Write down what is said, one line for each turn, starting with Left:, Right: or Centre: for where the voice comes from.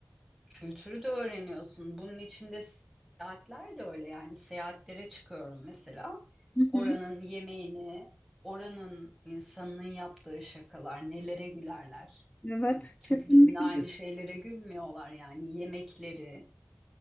Centre: Kültürü de öğreniyorsun. Bunun içinde seyahatler de öyle yani seyahatlere çıkıyorum mesela.
Left: Hı
Centre: Oranın
Left: hı.
Centre: yemeğini, oranın insanının yaptığı şakalar, nelere gülerler.
Left: Evet
Centre: Çünkü
Left: kesinlikle.
Centre: bizimle aynı şeylere gülmüyorlar yani yemekleri,